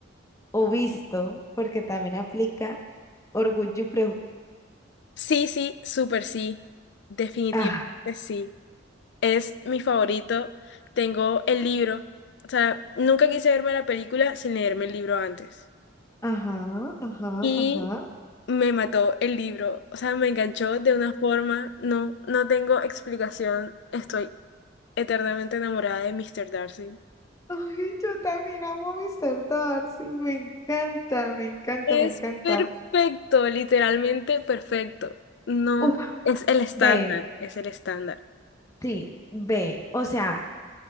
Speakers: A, on the left; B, on the left.
A: o visto, porque también aplica orgullo y prejuicio?
B: Sí, sí, súper sí. Definitivamente
A: Ah,
B: sí. Es mi favorito. Tengo el libro. O sea, nunca quise verme la película sin leerme el libro antes.
A: ajá, ajá,
B: Y
A: ajá.
B: me mató el libro. O sea, me enganchó de una forma. No, no tengo explicación. Estoy eternamente enamorada de Mr. Darcy.
A: <laughs> Ay, yo también amo a Mr. Darcy, me encanta, me encanta,
B: Es
A: me encanta.
B: perfecto, literalmente perfecto. No,
A: Uf,
B: es el estándar,
A: ve,
B: es el estándar.
A: sí, ve, o sea,